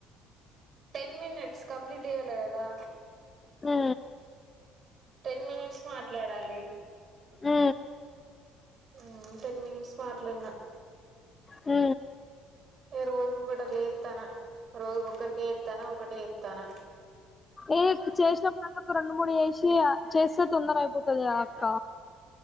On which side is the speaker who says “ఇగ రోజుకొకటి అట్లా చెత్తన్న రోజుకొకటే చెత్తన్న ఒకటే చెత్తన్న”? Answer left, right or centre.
Right